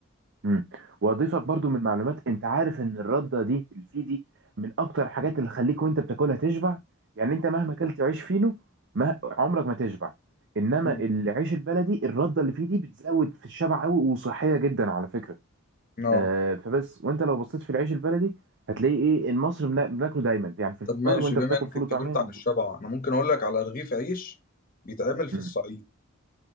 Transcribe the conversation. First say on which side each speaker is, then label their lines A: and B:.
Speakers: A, on the right (about 60°); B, on the left (about 45°).
A: امم واضيفك برضو من معلومات انت عارف ان الرده دي اللي فيه دي من اكتر الحاجات اللي تخليك وانت بتاكلها تشبع يعني انت مهما اكلت عيش فينو ما عمرك ما تشبع انما
B: مم.
A: العيش البلدي الرده اللي فيه دي بتزود في الشبع قوي وصحيه جدا على فكره
B: اه
A: آه فبس وانت لو بصيت في العيش البلدي هتلاقي ايه المصري بنا- بناكله دايما يعني في الفطار
B: طب ماشي
A: وانت
B: بما
A: بتاكل
B: انك
A: فول
B: اتكلمت
A: وطعميه موجود
B: عن الشبع انا ممكن اقول لك على رغيف عيش بيتعمل في
A: امم
B: الصعيد